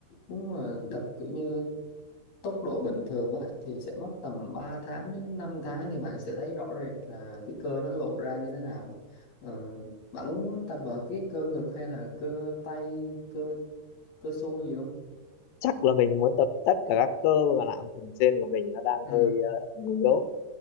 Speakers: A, on the left (about 65°); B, on the left (about 85°).
A: muốn mà tập kiểu như tốc độ bình thường á, thì sẽ mất tầm 3 tháng đến 5 tháng thì bạn sẽ thấy rõ rệt là cái cơ nó lộ ra như thế nào Ờ, bạn muốn tập vào cái cơ ngực hay là cơ tay cơ cơ xôi gì không
B: Chắc là mình muốn tập tất cả các cơ mà làm phần trên của mình nó đang
A: ừ
B: hơi ờ, yếu.